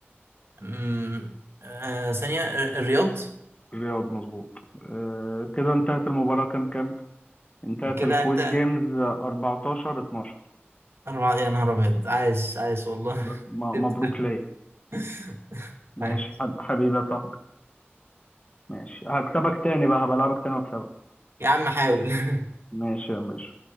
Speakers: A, on the right (about 70°); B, on the left (about 30°).
A: امم آه ثانية الرياض
B: الرياض مظبوط آه، كده انتهت المباراة كام كام؟ انتهت
A: كده
B: الكويز
A: انت
B: جيمز 14 12
A: اربعة يا نهار ابيض عايش عايش والله
B: بس
A: <laughs>
B: م-
A: سبت
B: مبروك
A: ده.
B: ليا
A: <laughs>
B: ماشي
A: عايش
B: حب- حبيبي يا صاحبي ماشي هكسبك تاني بقى هبلعبك تاني واكسبك
A: يا عم حاول <laughs>
B: ماشي يا باشا